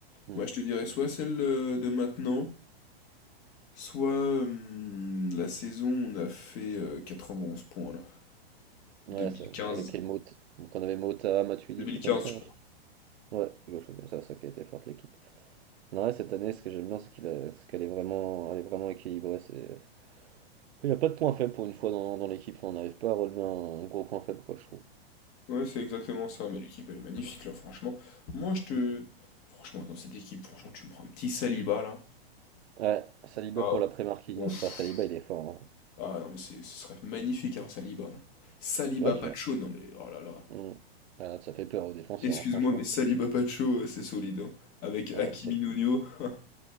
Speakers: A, on the right; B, on the left.
A: Hmm.
B: Moi, je te dirais soit celle euh, de maintenant, soit euh, la saison où on a fait euh, 91 points, là.
A: Ouais,
B: 2015.
A: ça, ouais, avec les mots. Donc on avait Mota, Matuidi,
B: 2015,
A: trucs comme ça.
B: je
A: là,
B: crois.
A: je- crois. Ouais, quelque chose comme ça, ça qui a été forte l'équipe. Non, ouais, cette année, ce que j'aime bien, c'est qu'il a- c'est qu'elle est vraiment, elle est vraiment équilibrée. C'est Il n'y a pas de point faible pour une fois dans, dans l'équipe. Enfin, on n'arrive pas à relever un, un gros point faible, quoi, je trouve.
B: Ouais, c'est exactement ça, mais l'équipe, elle est magnifique, là, franchement. Moi, je te...
A: Mm.
B: Franchement, dans cette équipe, franchement, tu me prends un petit Saliba, là.
A: Ouais, Saliba
B: Ah
A: pour
B: ouais.
A: l'après Marquinhos.
B: Ouf.
A: Ah, Saliba, il est fort. hein.
B: Ah non, mais c'est- ce serait magnifique, hein, Saliba. là. Saliba
A: Parce que là, tu
B: Pacho,
A: vois.
B: non mais oh là là.
A: mm. Ah, là, ça fait peur aux défenseurs,
B: Excuse-moi,
A: hein, franchement.
B: mais Saliba Pacho, euh, c'est solide. hein. Avec Hakimi
A: Ouais, ça...
B: Nuno. <laughs>